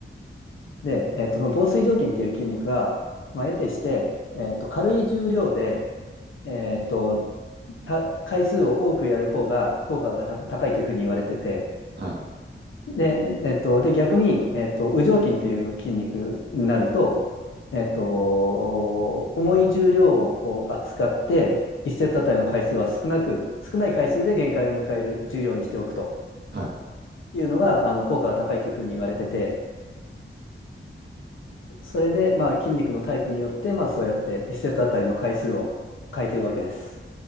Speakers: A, on the left; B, on the right.
A: で、えっと、その紡錘状筋っていう筋肉は、まあ、得てして、えっと、軽い重量で、えっと、た回数を多くやる方が効果が高高いというふうに言われてて、
B: はい。
A: で、えっと、で、逆に、えっと、羽状筋っていう筋肉になると、えっと、重い重量を扱って、1セットあたりの回数は少なく、少ない回数で限界を迎える重量にしておくと
B: はい。
A: いうのが、あの、効果が高いというふうに言われてて、それで、まあ、筋肉のタイプによって、まあ、そうやって1セットあたりの回数を変えているわけです。